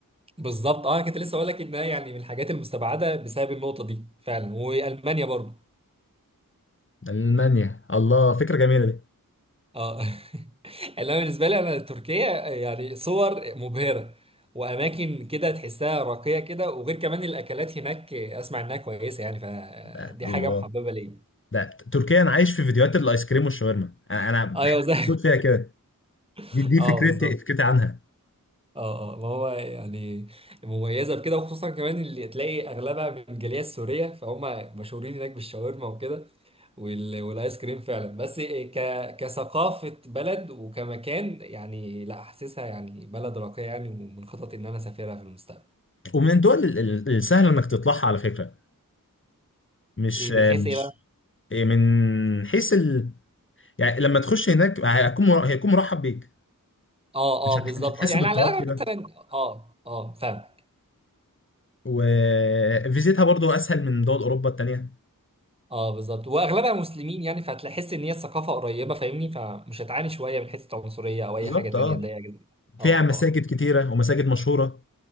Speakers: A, on the right (about 15°); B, on the left (about 35°).
A: بالظبط اه انا كنت لسه اقول لك انها يعني من الحاجات المستبعده بسبب النقطه دي فعلا والمانيا برضو
B: ألمانيا الله فكرة جميلة دي
A: اه <laughs> اللي انا بالنسبه لي انا تركيا يعني صور مبهره واماكن كده تحسها راقيه كده وغير كمان الاكلات هناك اسمع انها كويسه يعني فدي
B: آه، الله
A: حاجه محببه ليا
B: ده تركيا أنا عايش في فيديوهات الآيس كريم والشاورما أنا أنا بحب
A: ايوه زي
B: أقول فيها كده
A: <laughs>
B: دي دي
A: اه
B: فكرتي
A: بالظبط
B: فكرتي عنها
A: اه اه ما هو يعني مميزه بكده وخصوصا كمان اللي تلاقي اغلبها من الجاليه السوريه فهم مشهورين هناك بالشاورما وكده وال- والايس كريم فعلا بس ك كثقافه بلد وكمكان يعني لا حاسسها يعني بلد راقيه يعني ومن خططي ان انا اسافرها في المستقبل
B: ومن الدول ال- ال- السهل إنك تطلعها على فكرة مش
A: إيه من
B: آه،
A: حيث
B: مش
A: ايه بقى؟
B: آه، من حيث ال... يعني لما تخش هناك هيكون مر- هيكون مرحب بيك
A: اه
B: مش هت-
A: اه بالظبط
B: مش هتحس
A: اه يعني
B: بالضغط
A: على الاغلب
B: كده
A: مثلا اه اه فاهمك
B: وفيزيتها برضو أسهل من دول أوروبا التانية
A: اه بالظبط واغلبها مسلمين يعني فهتحس ان هي الثقافه قريبه فاهمني فمش هتعاني شويه من حته عنصريه او اي
B: بالظبط
A: حاجه تانيه
B: اه
A: تضايقك
B: فيها
A: اه
B: مساجد
A: اه
B: كتيرة ومساجد مشهورة